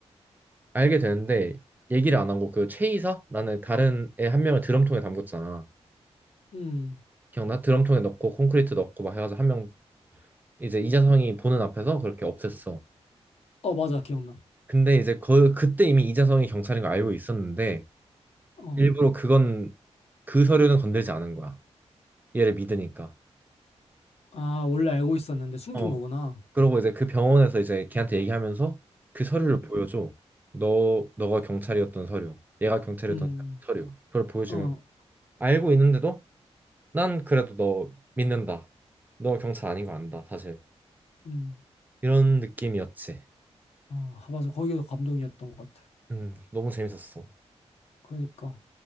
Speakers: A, on the right; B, on the left.
A: 알게 되는데 얘기를 안 하고 그 최이사라는 다른 애 한 명을 드럼통에 담궜잖아.
B: 음,
A: 기억나? 드럼통에 넣고 콘크리트 넣고 막 해가지고 한 명 이제 이자성이 보는 앞에서 그렇게 없앴어.
B: 어, 맞아, 기억나.
A: 근데 이제 그 그때 이미 이자성이 경찰인 걸 알고 있었는데
B: 어,
A: 일부러 그건 그 서류는 건들지 않은 거야. 얘를 믿으니까.
B: 아, 원래 알고 있었는데 숨긴
A: 어.
B: 거구나.
A: 그러고 이제 그 병원에서 이제 걔한테 얘기하면서 그 서류를
B: 음,
A: 보여줘. 너 너가 경찰이었던 서류. 얘가 경찰이었던
B: 음,
A: 서류. 그걸 보여주면
B: 어,
A: 알고 있는데도 난 그래도 너 믿는다. 너 경찰 아닌 거 안다, 사실.
B: 음,
A: 이런 느낌이었지.
B: 아, 맞아. 거기가 감동이었던 것 같아.
A: 음, 너무 재밌었어.
B: 그러니까.